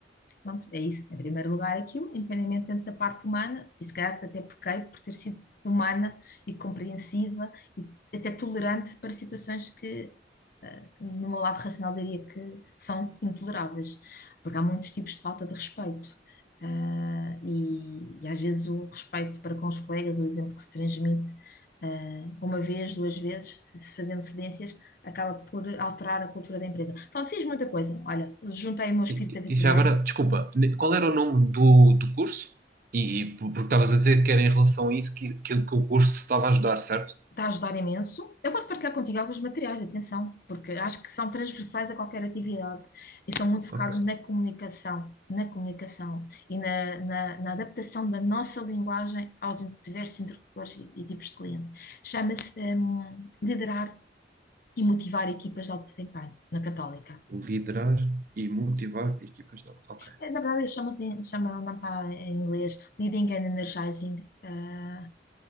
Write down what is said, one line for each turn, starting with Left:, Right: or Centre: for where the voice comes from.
Left: Pronto, é isso. Em primeiro lugar, aquilo, independentemente da parte humana, e se calhar até pequei por ter sido humana e compreensiva e até tolerante para situações que, eh, no meu lado racional, diria que são intoleráveis, porque há muitos tipos de falta de respeito. Ah, e, e às vezes o respeito para com os colegas, o exemplo que se transmite ah, uma vez, duas vezes, se se fazendo cedências, acaba por alterar a cultura da empresa. Pronto, fiz muita coisa. Olha, juntei o meu espírito
Right: E,
Left: aventureiro
Right: e já agora, desculpa, ne- qual era o nome do, do curso? E, e por- porque estavas a dizer que era em relação a isso que, que, que o curso estava a ajudar, certo?
Left: está a ajudar imenso. Eu posso partilhar contigo alguns materiais, atenção, porque acho que são transversais a qualquer atividade e são muito focados
Right: Ok.
Left: na comunicação, na comunicação e na, na, na adaptação da nossa linguagem aos diversos interlocutores e, e tipos de cliente. Chama-se hum, liderar e motivar equipas de alto desempenho na Católica.
Right: Liderar e motivar equipas de. Ok.
Left: Eh, Na verdade, eles chamam-se, chamam, não está em inglês, Leading and Energizing eh,